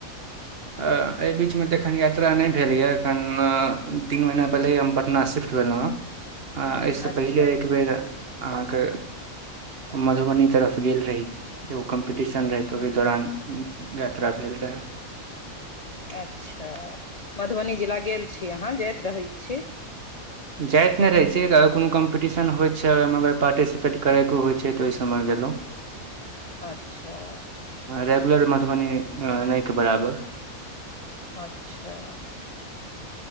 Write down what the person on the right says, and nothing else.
अ एहि बीचमे तऽ एखन यात्रा नहि भेल यए एखन तीन महिना पहिले हम पटना सिफ्ट भेलहुँ हं
एहिसँ
पहिले एकबेर अहाँके मधुबनी तरफ गेल रही एगो कम्पीटिशन रहे तऽ ओहि दौरान यात्रा भेल रहे
जाइत नहि रहै छिये अगर कोनो कम्पीटिशन होइ छै ओहिमे अगर पार्टिसिपेट करयके होइ छै तऽ ओहि सभमे गेलहुँ
हां रेगुलर मधुबनी नहि के बराबर